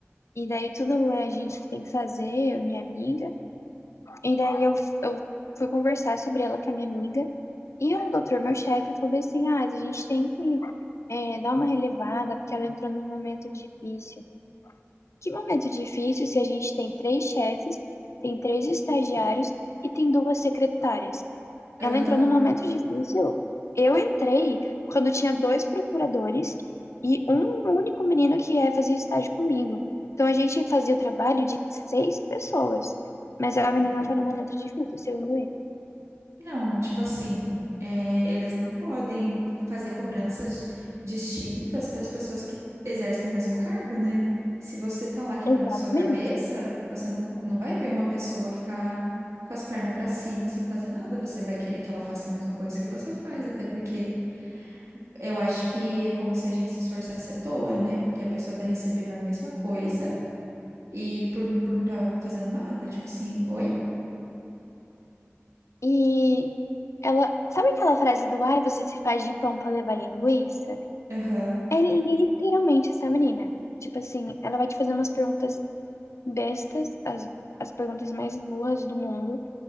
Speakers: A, on the left (about 85°); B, on the right (about 85°).
A: e daí tudo é a gente que tem que fazer, eu, minha amiga. E daí eu, eu fui conversar sobre ela com a minha amiga. E o doutor, meu chefe, falou bem assim: ah, a gente tem que é, dar uma relevada, porque ela entrou num momento difícil. Que momento difícil se a gente tem três chefes, tem três estagiários e tem duas secretárias?
B: aham.
A: Ela entrou num momento difícil. Eu entrei quando tinha dois procuradores e um único menino que ia fazer estágio comigo. Então a gente fazia o trabalho de seis pessoas. Mas a
B: Sim.
A: menina tá num momento difícil, segundo ele.
B: Não, tipo assim, é, eles não podem fazer cobranças distintas para as pessoas que exercem o mesmo cargo, né? Se você tá lá quebrando
A: Exatamente.
B: sua cabeça, você não, co- não vai ver uma pessoa ficar com as pernas para cima sem fazer nada. Você vai querer que ela faça a mesma coisa que você faz, até porque eu acho que é como se a gente se esforçasse à toa, né? Porque a pessoa tá recebendo a mesma coisa e por, por não estar fazendo nada, tipo assim, oi?
A: E ela. Sabe aquela frase do ai, você se faz de pão pra levar linguiça?
B: Aham,
A: É literalmente essa menina. Tipo assim, ela vai te fazer umas perguntas bestas, as, as perguntas mais burras do mundo.